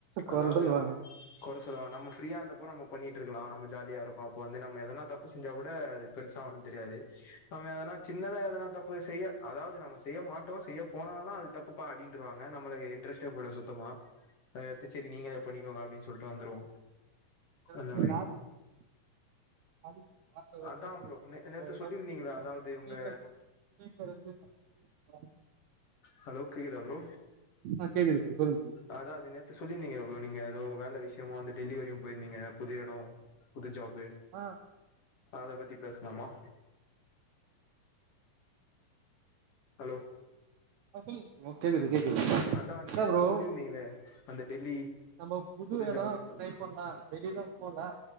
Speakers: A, on the left; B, on the right.
A: அதாது
B: கொற சொல்லுவாங்க
A: கொற சொல்வாங்க நம்ப ஃப்ரீயா இந்தப்போ நம்ப பண்ணிட்டு இருக்கலா ஜாலியா இருக்கு அப்ப வந்து நம்ப எதனா தப்பு செஞ்சா கூட அது பெருச ஒன்னு தெரியாது நம்ப எதனா சின்னதா எதனா தப்பு செய்ய அதாது நம்ம செய்ய மாட்டோ செய்ய போனாலு அது தப்புபா அப்டின்னுறு வாங்க நம்மளுக்கு இன்ட்ரெஸ்ட்டே போயிடு சுத்தமா அது சரி நீங்களே பண்ணிக்கோங்க அப்டின் சொல்லிட்டு வந்துருவோ அந்த
B: டுவாத்
A: மாரி
B: லாரி கொம் <unintelligible> அந்து அந்த
A: அதா
B: குஷ்புக்கு
A: ப்ரோ நே
B: ஐம்பாது
A: நேத்து
B: இருக்குமே
A: சொல்லியிருந்தீங்களா அதாவது உங்க
B: பிக்கார் ஏதுக்கு கலெக்ட் பண்ணி இருக்குமா
A: ஹலோ கேக்குதா ப்ரோ
B: ஆ கேக்குது ப்ரோ சொல்லுங்க சொல்லுங்க
A: அதா அது நேத்து சொல்லிருந்தீங்க ப்ரோ நீங்க ஏதோ வேல விஷ்ய முக்கியமா வந்து டெலிவரியு போயிருந்தீங்க புது எடோ புது ஜாப் ப்பு
B: ஆ
A: அத பத்தி பேசலாமா ஹலோ
B: சொல்லுங்க கேக்குது கேக்குது இல்ல
A: அதா நீங்க
B: ஃப்ரே
A: நேத்து சொல்லியிருந்தீங்களே அந்த டெல்லி
B: நம்ம புது எடோ
A: ஜாபு
B: ட்ரை பண்லா வெளியதா போல